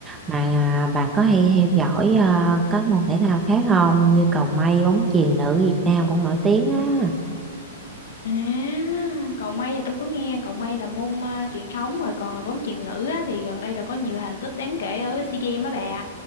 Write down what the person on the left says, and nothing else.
À, cầu mây là tôi có nghe, cầu mây là môn ờ, truyền thống rồi còn là bóng chuyền nữ á, thì gần đây là có nhiều thành tích đáng kể ở SEA Games á bà.